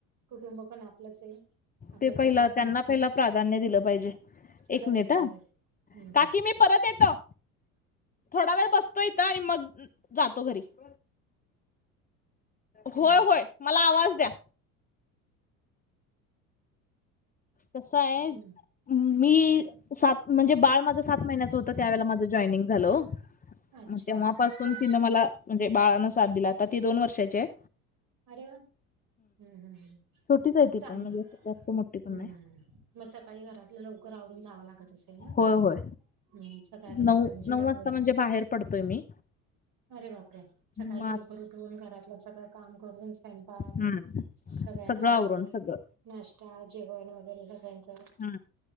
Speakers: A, on the right; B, on the left.
A: कुटुंब पण आपलंच आहे. आपलं
B: ते
A: करिअर
B: पहिला
A: पण
B: त्यांना
A: आपलंच.
B: पहिला प्राधान्य
A: आहे.
B: दिलं पाहिजे. एक
A: खरंच
B: मिनिट
A: आहे,
B: हा
A: खरंच आहे हम्म,
B: काकी
A: हम्म.
B: मी परत येतो. थोडा वेळ बसतो इथं आणि मग जातो घरी. <inaudible> होय,
A: हम्म,
B: होय मला आवाज द्या. कस हाय?
A: हम्म.
B: मी सात म्हणजे बाळ माझं सात महिन्याचं होतं त्यावेेळेला माझं जॉईनिंग झालं ओ.
A: अच्छा
B: म तेव्हापासून
A: अच्छा.
B: तिनं मला म्हणजे बाळानं साथ दिल आता ती दोन वर्षाची आहे.
A: अरे वा! हम्म हम्म हमम्म
B: छोटीच आहे ती
A: चांगलं
B: पण म्हणजे असं जास्त मोठी पण
A: हम्म.
B: नाही
A: मग सकाळी घरातलं लवकर आवरून जावं लागत. लागतं असेल ना
B: होय होय
A: <inaudible> म सकाळ चे
B: नऊ
A: सगळ्यांचे
B: नऊ
A: डबे.
B: वाजता म्हणजे बाहेर पडतोय मी
A: अरे बापरे! सकाळी
B: मग आत-
A: लवकर उठून घरातलं सगळं काम करून स्वयं पाक
B: हम्म.
A: सगळ्यांचं
B: सगळं आवरून सगळं
A: नाश्ता, जेवण वगैरे सगळ्यांचं
B: हा